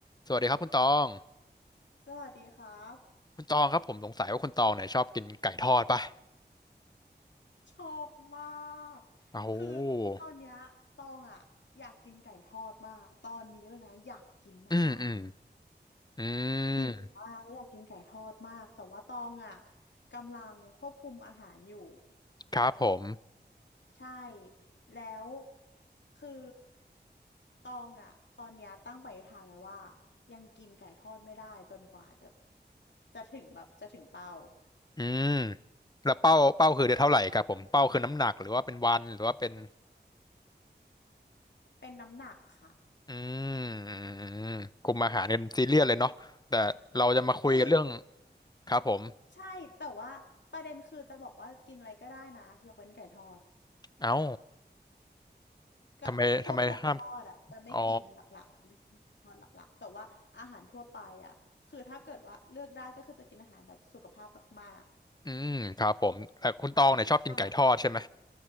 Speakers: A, on the left; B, on the left.
A: สวัสดีครับคุณตอง
B: สวัสดีครับ
A: คุณตองครับผมสงสัยว่าคุณตองเนี่ยชอบกินไก่ทอดป่ะ
B: ชอบมาก
A: โอ้โห
B: คือตอนเนี้ยตองอ่ะอยากกินไก่ทอดมากตอนนี้เลยนะอยากกินมาก
A: อืมอืมอื
B: ๆหิวมากแล้วอยากกินไก่ทอดมากแต่ว่าตองอ่ะ
A: ม
B: กำลังควบคุมอาหารอยู่
A: ครับผม
B: ใช่แล้วคือตองอ่ะตอนเนี้ยตั้งปณิธานไว้ว่ายังกินไก่ทอดไม่ได้จนกว่าแบบจะถึงแบบจะถึงเป้า
A: อืมแล้วเป้าเป้าคือเดือนเท่าไหร่ครับผมเป้าคือน้ำหนักหรือว่าเป็นวันหรือว่าเป็น
B: เป็นน้ำหนักค่ะ
A: อืมอืมอืมกลุ่มอาหารกันซีเรียสเลยเนาะแต่เราจะมาคุยกันเรื่อง
B: คือ
A: ครับผม
B: ใช่แต่ว่าประเด็นคือจะบอกว่ากินอะไรก็ได้นะยกเว้นไก่ทอด
A: เอ้า
B: กับพวกของทอดอ่ะจะไม่กินหลักๆจะไม่กินทอดหลักๆแต่ว่าอาหารทั่วไปอ่ะคือถ้าเกิดว่าเลือกได้ก็คือจะกินอาหารแบบสุขภาพมาก
A: ทำไมทำไมห้ามอ๋ออืมครับผมแต่คุณตองเนี่ยชอบกินไก่ทอดใช่ไหม
B: ๆใช่